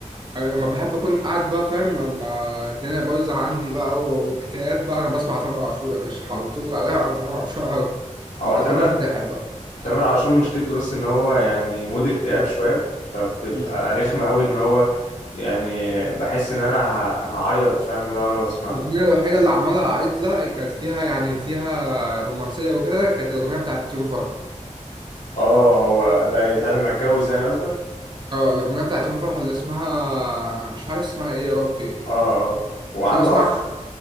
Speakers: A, on the right; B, on the left.
A: انا لما بحب اكون قاعد بقى فاهم لما الدنيا بايظه عندي بقى و- واكتئاب بقى انا بسمع تامر عاشور يا باشا على طول عليها على تامر عاشور على طول.
B: هو
A: بيخليني
B: تامر
A: انتحر بقى
B: تامر عاشور مشكلته بس إن هو يعني مود اكتئاب شوية فبتبقى
A: مم.
B: رخمة قوي إن هو يعني بحس إن أنا ه- هعيط فاهم لو أنا بسمعه
A: الأغنية الوحيدة اللي عمالة أعيد لها كانت فيها يعني فيها رومانسية وكده كانت الأغنية بتاعت يوم فرحة
B: اه هو ده ساعة ما اتجوز يعني قصدك
A: اه الأغنية بتاعت يوم فرحة اللي اسمها مش عارف اسمها ايه يا ربي
B: اه اه وعنده
A: بس أنا بسمعها
B: أخ